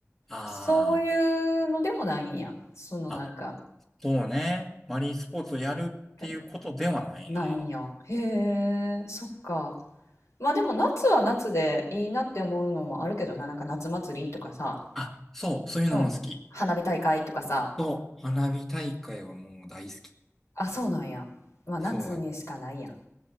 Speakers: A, in the centre; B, on the left.
A: あ
B: そういうのでもないんや。そのなんか、
A: あ、あ、そうね。マリンスポーツをやるっていうことではないな。
B: え、ないんや。へえ、そっか。まあでも夏は夏でいいなって思うのもあるけどな、なんか夏祭りとかさ、
A: あ、そう、そういうのも好き。
B: そう、花火大会とかさ、
A: そう、花火大会はもう大好き。
B: あ、そうなんや。まあ夏にしかないやん。
A: そうやね。